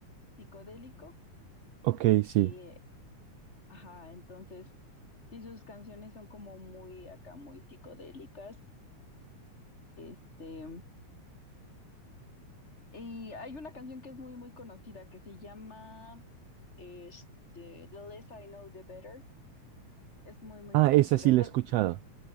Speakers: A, on the left; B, on the right.
A: psicodélico.
B: Ok, sí.
A: Y, eh, ajá, entonces, sí, sus canciones son como muy acá, muy psicodélicas. Este. Y hay una canción que es muy, muy conocida que se llama este, The Less I Know, The Better. Es muy, muy
B: Ah,
A: conocida.
B: esa sí
A: Tal.
B: la he escuchado,